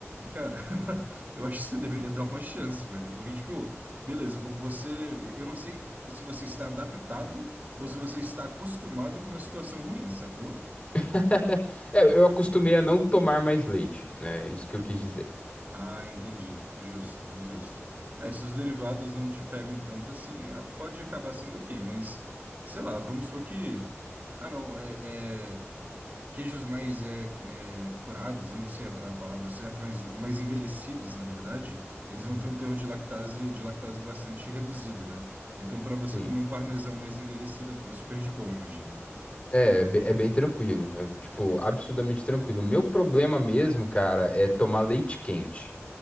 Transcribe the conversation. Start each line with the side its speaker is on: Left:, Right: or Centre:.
Right: Cara, <laughs> eu acho que você deveria dar uma chance, velho. Porque, tipo, beleza, vo- você. Eu não sei se você está adaptado ou se você está acostumado com uma situação ruim, sacou?
Left: <laughs> É, eu acostumei a não tomar mais leite, né? Isso que eu quis dizer.
Right: Ah, entendi. Justo, justo. É, se os derivados não te pegam tanto assim, é, pode acabar sendo ok, mas sei lá, vamos supor que. Ah, não, é. é, queijos mais é, é, curados, eu não sei a a palavra certa, mas mais envelhecidos, na verdade, eles vão
Left: Uhum.
Right: ter um teor de lactase, de lactase bastante reduzido, né? Então, para você
Left: Sim.
Right: comer um parmesão mais envelhecido, é super de boa, imagino.
Left: É, é be- é bem tranquilo, é, tipo, absurdamente tranquilo. O meu problema mesmo, cara, é tomar leite quente.